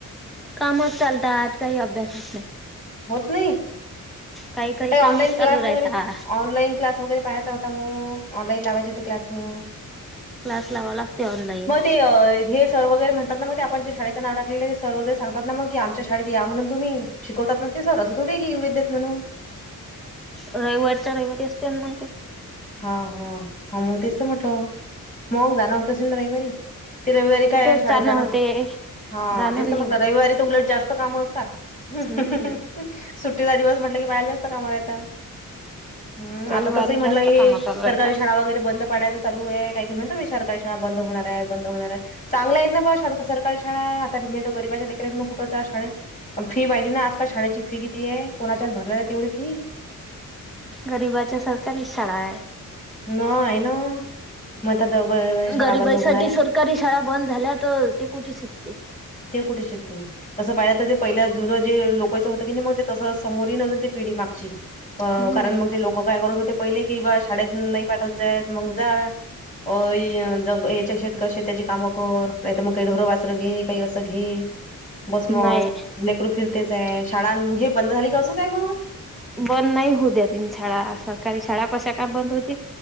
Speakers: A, in the centre; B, on the left.
A: कामच चालतात काही अभ्यासच नायी.
B: होत नयी
A: काही काही
B: कायी ऑनलाईन
A: कामच चालू
B: क्लास
A: राहता
B: वगैरे, ऑनलाईन क्लास वगैरे पाहायचा हो अहो ऑनलाईन लावायची होती क्लास? मग
A: क्लास लावा लागते ऑनलाईन
B: म ते अं ए हें सर वगैर म्हणतात नां मग ते आपण जे शाळेचे नाव टाकलेले ते सर वगैरे सांगतात नां म की? आमच्या शाळेत या म्हणून तुम्ही? शिकवतात ना ते सर असं थोडयी घे एवढ देत म्हणून
A: रविवारच्या रविवारी असते अन् मग ते
B: हां हां हां! मं तेच तर म्हटलं मग जाण होत असेलनां रविवारी? तें रविवारी काय
A: कुठेच
B: शाळेेत जाणं!
A: होते
B: हा
A: जाणं
B: तेच तर
A: नाही
B: म्हटलं?
A: होत
B: रविवारी. ती उलट जास्त कामं असतात <inaudible>
A: हम्म
B: सुट्टीचा दिवस म्हटलं की बाहेर जास्त च कामाला येतात, हुं
A: रविवारी
B: आता तस ही म्हटलं
A: जास्त
B: हे
A: काम चालू राहता
B: सरकारी शाळा वगै ते बंद पाडायचा चालूयं काय की, म्हणतात बीई सरकारी शाळा बंद होणारयं बंद होणारयंत चांगलंयेंत ना बुवा सारक सरकारी शाळा आता मे तो तर गरीबाच्यालेकरसनों कुठं च जा शाळेत. पण फी पाहिली नां आजकाल शाळेची फी, कितीयें कोणाच्यात भरोल्यात एवढी फी.
A: गरीबाच्या सरकारी शाळायं.
B: नयं ना, म्हणतात द ब‌ शाळा
A: गरिबाईसाठी
B: बंद होणारयं.
A: सरकारी शाळा बंद झाल्या तर ते कुठे शिकतील?
B: ते कूठे शिकतीन? तसं पाहिलं तर ते पहिला जुनं जे लोकयचं होत की मग ते तसं समोरही न अजून ते पिढी मागची.
A: हम्म
B: अं कारण मग ते लोक काय करत होते पहिले की, बाळ शाळेत नाही पाठवचेत मग जा अयं जग याच्या शेताक शेताची कामं कर नाही तर मग काही ढोरं वासरं घे कायी असं घे बस म
A: नाही
B: लेकरू फिरतेचयं शाळानं हे बंद झाले का असचयं म.
A: बंद नाही हु द्या तेनं शाळा सरकारी शाळा कशा काय बंद होतील.